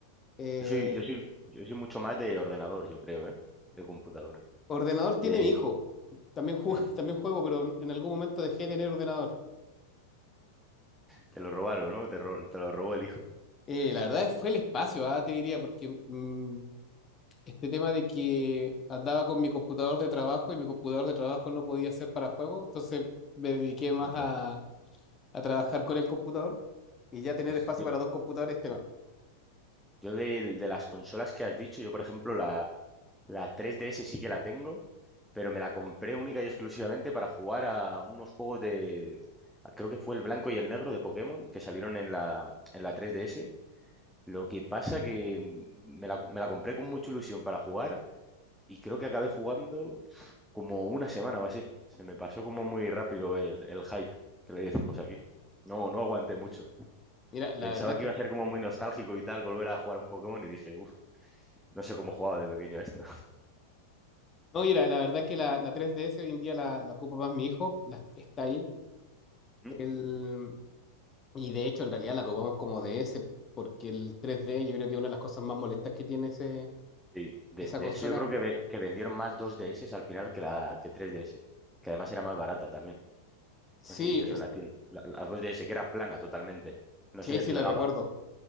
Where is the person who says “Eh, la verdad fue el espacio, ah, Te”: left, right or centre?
Left